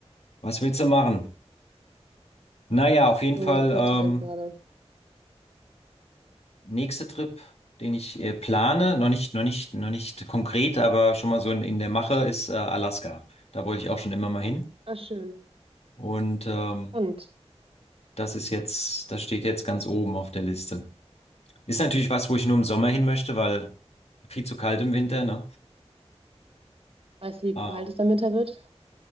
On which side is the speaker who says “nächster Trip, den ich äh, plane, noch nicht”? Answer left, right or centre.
Left